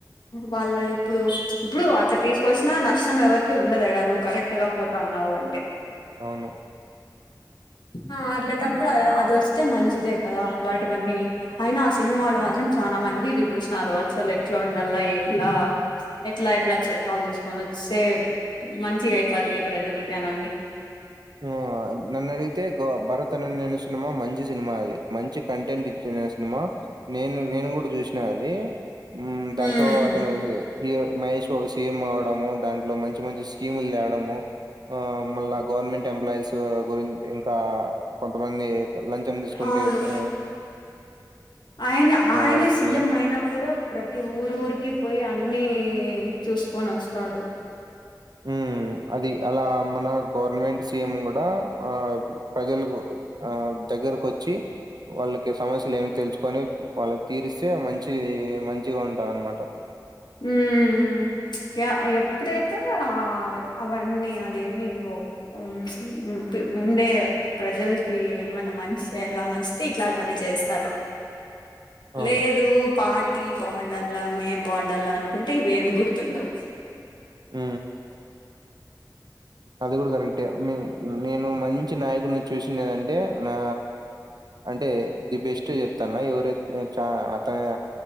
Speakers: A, on the left (about 80°); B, on the right (about 65°).
A: వాళ్ళ ఇప్పుడు, ఇప్పుడు అట్ల తీసుకొచ్చినా నష్టం ఎవర్ ఎవరికి ఉండద్ యాడ, నువ్వు కరెక్ట్ గా పోతాన్నావు అంటే.
B: అవును
A: ఆ అట్లాటప్పుడు, అ అదొస్తే మంచిదే కదా, అట్లాంటివన్నీ అయినా ఆ సినిమాలు మాత్రం చ చాన మంచిగ చూపిచ్చినారు. అసలు ఎట్ల ఉండల్ల, ఎట్లా ఎట్లా ఎట్ల చట్టాలు తీసుకొని వస్తే మంచిగా అయితాది మీ ప్రజలకి అనన్ని.
B: ఆ నన్నడిగితే గొ భరత్ అనే నేను సినిమా మంచి సినిమా. అది మంచి కంటెంట్ ఇచ్చిన సినిమా. నేను నేను కూడ చూసినా అది. మ్ దాట్లో
A: ఉమ్
B: అతను హీరో మహేష్ బాబు సీఎం అవడము, దాంట్లో మంచి మంచి స్కీములు త్యావడము. ఆ మళ్ళా గవర్నమెంట్ ఎంప్లాయిస్ గురిన్, ఇంకా కొంతమంది లంచం తీసుకుంటే
A: అవును.
B: ఆ
A: అయినా, ఆయన
B: వాళ్ళకి
A: సీఎం అయినా కూడా ప్రతి ఊరూరికి పొయ్యి అన్ని చూసుకొనొస్తాడు.
B: మ్ అది అలా మన గవర్నమెంట్ సీఎం కూడా, ఆ ప్రజలకు ఆ దగ్గరకు వచ్చి, వాళ్ళకి సమస్యలు ఏమి తెలుసుకొని వాళ్ళకి తీరిస్తే మంచి మంచిగా ఉంటంది అనమాట.
A: మ్మ్ య ఎప్పుడైతే, ఆ అవన్నీ అదేమి ఒ ఉం ముండే ప్రజలకి ఏమన్న మంచి చెయ్యల్ల అని వస్తే ఇట్లాంటివన్నీ చేస్తారు.
B: అవును.
A: లేదు పార్టీ బాగుండల్ల, మేం బాన్ డల్లా అనుకుంటే, ఇవేం గుర్తుండవ్.
B: మ్ అది కూడా కరెక్టే. మీ నేను మంచి నాయకుడిని చూసిండేదంటే, నా అంటే ది బెస్ట్ చెప్తాన్న. ఎవరెక్ చ అతన